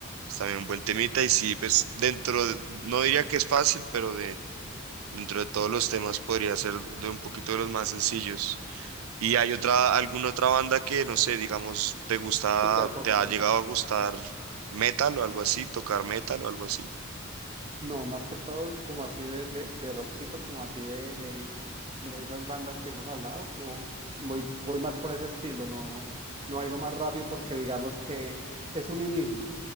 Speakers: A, on the right; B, on the right.
A: es también un buen temita y sí, pues dentro de- no diría que es fácil, pero de dentro de todos los temas podría ser de un poquito de los más sencillos. ¿Y hay otra, alguna otra banda que, no sé, digamos, te gusta,
B: Sí, claro, como
A: te
B: para
A: ha
B: empezar.
A: llegado a gustar metal o algo así, tocar metal o algo así?
B: No, más que todo como así de, de, de rockcito, como así de, de, de esas bandas que hemos hablado, como voy, voy más por ese estilo, no, no algo más rápido porque digamos que es un inicio.